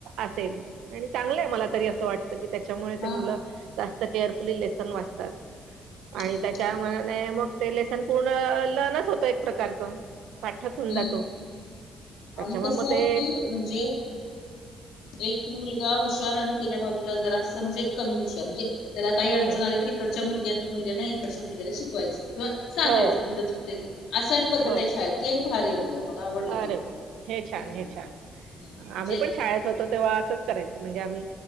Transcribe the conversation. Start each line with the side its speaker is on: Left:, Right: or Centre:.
Right: असेल आणि चांगलंय मला तरी असं वाटत. क त्याच्यामुळे
Left: हा
Right: ते मुलं
Left: हा
Right: जास्त केअरफुली लेसन वाचतात.
Left: हम्म
Right: आणि त्याच्या मने मग ते लेसन पूर्ण लन होतं एक प्रकारचं. पाठचं होऊन
Left: हम्म
Right: जातो. त्याच्यामुळे
Left: आणि कसं
Right: मग
Left: आहे
Right: ते
Left: की म्हणजे एक मुलगा हुशार आणि त्याच्या बाजूला जरासं म्हणजे कमी हुशार म्हणजे त्याला काही
Right: हम्म
Left: अडचण आली तर इकडंच्या मुलग्याने मुलग्याने इकडच्या मुलग्याला शिकवायचं किंवा सांगायचं
Right: हो
Left: इथं चुकतेय तुम असाइन पद्धत
Right: बरं
Left: आहे शाळेत. ते एक भारी आहे बघा. मला आवडलं
Right: अरे
Left: ते पण
Right: वा हे छान
Left: हम्म
Right: हे छान,
Left: हम्म म्हणजे
Right: आम्ही पण शाळेत होतो तेव्हा असंच कराय म्हणजे आम्ही